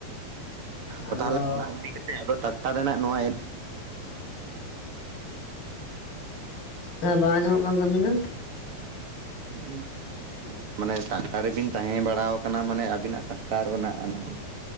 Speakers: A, on the right; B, on the left.
A: ᱚᱻ
B: ᱟᱫᱚ
A: ᱛᱟᱦᱚᱞᱮ ᱚᱱᱟ ᱤᱫᱤ ᱠᱟᱛᱮᱜ ᱟᱫᱚ ᱴᱟᱠᱴᱟᱨ ᱨᱮᱱᱟᱜ ᱱᱚᱣᱟ <unintelligible> ᱢᱮᱱᱟᱜᱼᱟ᱾
B: ᱦᱮᱸ ᱵᱟᱝ ᱟᱸᱡᱚᱢᱚᱜ ᱠᱟᱱ ᱛᱟᱵᱤᱱᱟ?
A: ᱦᱮᱸ ᱟᱹᱞᱤᱧ ᱛᱟᱦᱚᱞᱮ ᱱᱚ ᱢᱟᱱᱮ ᱴᱟᱠᱴᱟᱨ ᱨᱮᱵᱤᱱ ᱛᱟᱦᱮᱸ ᱵᱟᱲᱟᱣ ᱠᱟᱱᱟ ᱢᱟᱱᱮ ᱟᱹᱵᱤᱱᱟᱜ ᱴᱟᱠᱴᱟᱨ ᱚᱱᱟ <unintelligible> ᱦᱮᱱᱟᱜ